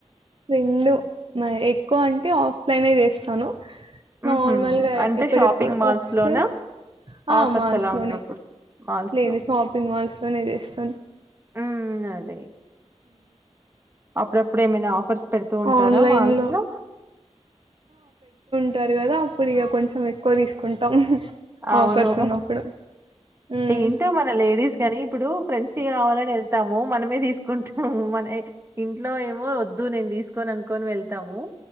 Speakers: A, on the right; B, on the right.
A: రెండు మ ఎక్కువ అంటే ఆఫ్లైన్ చేస్తాను.
B: హుహు.
A: నార్మల్గా
B: అంటే
A: ఎప్పుడెప్పుడు
B: షాపింగ్ మాల్స్‌లోనా?
A: ఒకసారి ఆ
B: ఆఫర్స్
A: మాల్స్
B: అలా
A: లోనే
B: ఉన్నప్పుడు మాల్స్‌లో.
A: లేదు షాపింగ్ మాల్స్ లోనే చేస్తాను.
B: హ్మ్. అదే అప్పుడప్పుడు ఏమైనా ఆఫర్స్ పెడుతూ ఉంటారా
A: ఆన్‌లైన్‌లో
B: మాల్స్ లో
A: ంటారు కదా అప్పుడు ఇక కొంచెం ఎక్కువ తీసుకుంటాం
B: అవును
A: ఆఫర్స్ ఉన్నప్పుడు హ్మ్
B: ఏంటో మన లేడీస్ కానీ ఇప్పుడు ఫ్రెండ్స్ కి కావాలని వెళ్తాము మో మనమే తీసుకుంటాము మన ఇంట్లో ఏమో వద్దు నేను తీసుకొను అనుకోని వెళ్తాము